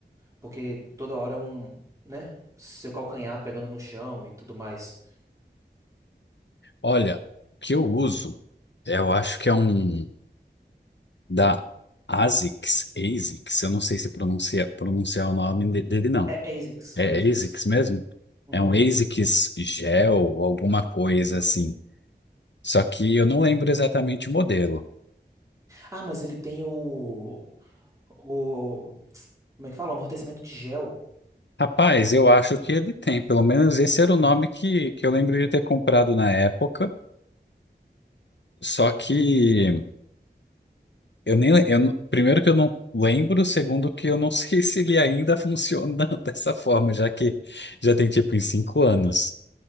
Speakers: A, on the right; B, on the left.
A: porque toda hora é um, né, seu calcanhar pegando no chão e tudo mais.
B: Olha, o que eu uso, eu acho que é um da ASICS, ASICS, eu não sei se pronuncia, pronunciar o nome de- dele, não.
A: É ASICS,
B: É,
A: ASICS.
B: é ASICS mesmo?
A: Uhum.
B: É um ASICS Gel, alguma coisa assim. Só que eu não lembro exatamente o modelo.
A: Ah, mas ele tem o. O, como é que fala? O amortecimento de gel.
B: Rapaz, eu acho que ele tem, pelo menos esse era o nome que, que eu lembro de ter comprado na época. Só que eu nem le- eu, não- primeiro que eu não lembro, segundo que eu não <laughs> sei se ele ainda funciona <laughs> dessa forma, já que já tem tipo em cinco anos.